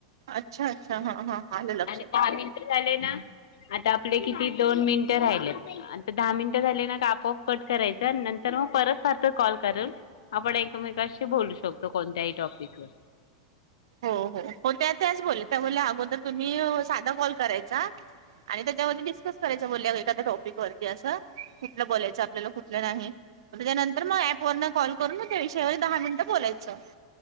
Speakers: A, on the right; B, on the left.
A: अच्छा अच्छा हा हां आलं लक्षात
B: आणि दहा मिनटं झाले ना आता आपले किती दोन मिनिट राहिलेत. ता दहा मिनटं झाले ना आपोआप कट करायचं नंतर मग परत फारत कॉल करून आपण एकमेकशी बोलू शकतो कोणत्याही टॉपिकवर
A: हो हो हो त्या त्याच बोलल्या त्या अगोदर तुम्ही साधा कॉल करायचा आणि त्याच्यावर डिस्कस करायच बोल एखाद्या टॉपिक वरती असं कुठलं बोलायच आपल्याला कुठलं नाही त्यानंतर मग ऍप वर न कॉल करून ना त्या विषयावर दहा मिनिटं बोलायचं